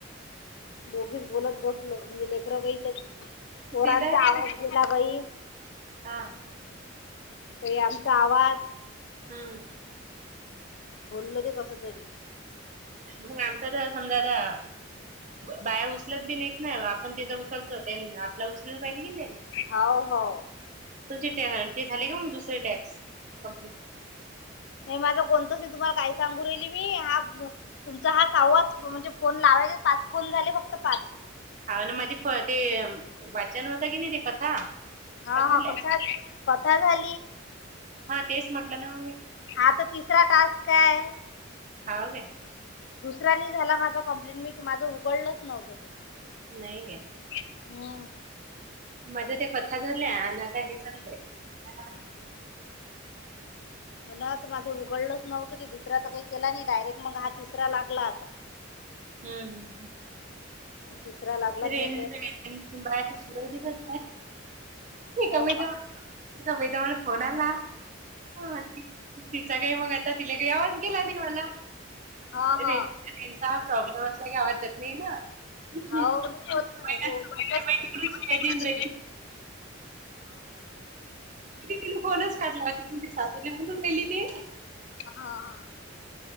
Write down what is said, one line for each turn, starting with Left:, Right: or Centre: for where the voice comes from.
Left: दोघीच बोलत बसलो म्हणजे लेकरं काही पोरांचा
Right: ते तर आहे
Left: आवाज
Right: ना.
Left: गेला काही
Right: हा
Left: काही आमचा आवाज
Right: हम्म
Left: बोलल ते कस तरी
Right: मग आमचं तर समजाता बाया उचलत बि नाही येत ना आपण त्याचा उचलतो आपला उचललं पाहिजे की त्यां
Left: हो हो
Right: तुम ते झाले का मग दुसरे टॅक्स कमप्लिट
Left: नाही माझा कोणतच नाही तुम्हाला का सांगू राहिल मी हा तुमचा हा सावाच म्हणजे फोन लाव पाच कोण झाले फक्त पाच
Right: हाव ना माझी फ ते वाचन होतं की नाही ते कथा
Left: हा
Right: झालंय
Left: हा कथा कथा झाली
Right: हा तेच म्हटलं ना मी
Left: हा तर तिसरा टास्क काय
Right: हाव काय
Left: दुसऱ्यानी झाला माझा कंप्लेंट मी की माझं उघडलंच नव्हतं ते
Right: नाही ग.
Left: हम.
Right: माझ्या त्या कथा झाल्या आणि आता हे चाललू आहे.
Left: ह ना आता माझं उघडलच नव्हतं ते दुसऱ्याचा काही केला नाही डायरेक्ट मग हा तिसरा लागला आता.
Right: हम्म हम्म हम्.
Left: मग तिसरा लागलाच
Right: ते रेंज
Left: म्हणले
Right: बा ते सुर. कच
Left: हो
Right: क वचा म्ह फोन आला. हा तिचा काही मग आता तिला काही आवाज गेला नाही मला.
Left: हा हा
Right: रे रेंचा हा प्रॉब्लेम असला क आवडतात नाही ना. हम्म.
Left: हो मी होत ना
Right: बाई
Left: हो
Right: ती
Left: बटच
Right: बाई
Left: नाही.
Right: तिकडून शिव्या देऊन
Left: स.
Right: राहिली ति फोनच काढला त, सासूने म्हणून गेली ती.
Left: हा हा.